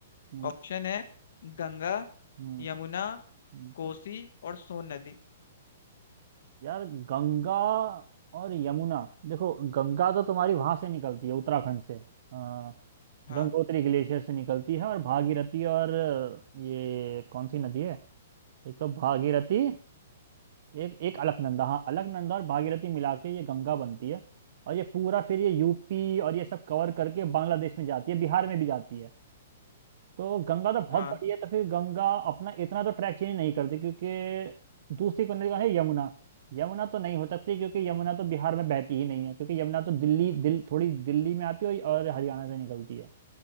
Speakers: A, on the right (about 40°); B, on the left (about 55°).
A: हम्म
B: ऑप्शन है गंगा
A: हम्म,
B: यमुना
A: हम्म।
B: कोसी और सोन नदी
A: यार गंगा और यमुना देखो गंगा तो तुम्हारी वहां से निकलती है उत्तराखंड से आ,
B: हाँ
A: गंगोत्री ग्लेशियर से निकलती है और भागीरथी और अ, ये कौन सी नदी है एक तो भागीरथी एक एक अलकनंदा हाँ अलकनंदा और भागीरथी मिला के ये गंगा बनती है और ये पूरा फिर ये यूपी और ये सब कवर करके बांग्लादेश में जाती है बिहार में भी जाती है तो गंगा तो बहुत
B: हाँ
A: बड़ी है तो फिर गंगा अपना इतना तो ट्रैक चेंज नहीं करती क्योंकि दूसरी कौन है यमुना यमुना तो नहीं हो सकती क्योंकि यमुना तो बिहार में बहती ही नहीं है क्योंकि यमुना तो दिल्ली दिल थोड़ी दिल्ली में आती है और हरियाणा से निकलती है